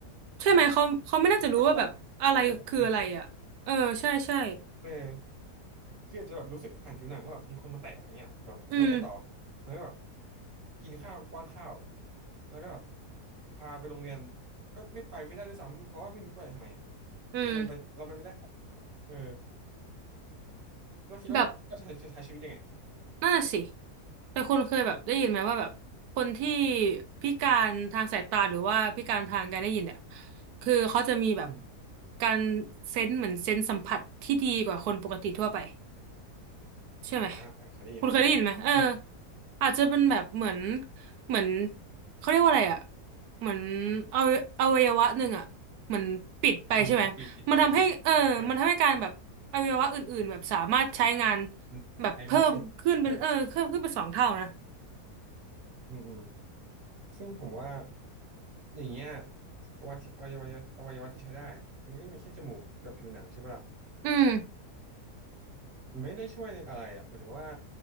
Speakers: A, on the right; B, on the right.
A: ใช่ไหมเขาเขาไม่น่าจะรู้ว่าแบบอะไรคืออะไรอ่ะเออใช่ใช่
B: แบบเขาจะต้องคิดกับตัวเองเออคืออาจจะแบบรู้สึกผ่านผิวหนังว่าแบบมีคนมาแตะอย่างเงี้ยแบบแล้วไงต่อ
A: อืม
B: แล้วก็แบบกินข้าวก็ป้อนข้าวแล้วก็แบบพาไปโรงเรียนก็ไม่ไปไม่ได้ด้วยซ้ำเพราะว่าไม่รู้ไปทำไม
A: อืม
B: คือมันไปเรามันไม่ได้เออเราคิดว่าจะใช้ใช้ชีวิตยังไง
A: แบบน่าสิแต่คุณเคยแบบได้ยินไหมว่าแบบคนที่พิการทางสายตาหรือว่าพิการทางการได้ยินเนี่ยคือเขาจะมีแบบ
B: อืม
A: การเซนส์เหมือนเซนส์สัมผัสที่ดีกว่าคนปกติทั่วไป ใช่อไหม
B: อ่าเออเคยได้ยินเคยได้ยินอืม
A: คุณเคยได้ยินไหมเอออาจจะเป็นแบบเหมือนเหมือนเขาเรียกว่าอะไรอ่ะเหมือนเอาอวัยวะหนึ่งอ่ะเหมือนปิดไปใช่ไหมมันทำให้เออมันทำให้การแบบอวัยวะอื่นๆแบบสามารถใช้งาน
B: มันถูกปิดไปใช่ไหมเออมันใช้มากขึ้นเออ
A: แบบเพิ่มขึ้นเป็นเออเพิ่มขึ้นเป็นสองเท่านะ
B: อืมอืมซึ่งผมว่าอย่างเงี้ยอวัยวะอวัยวะอวัยวะที่ใช้ได้อะมันก็มีแค่จมูกกับผิวหนังใช่ปะล่ะ
A: อืม
B: มันไม่ได้ช่วยในอะไรอ่ะหมายถึงว่า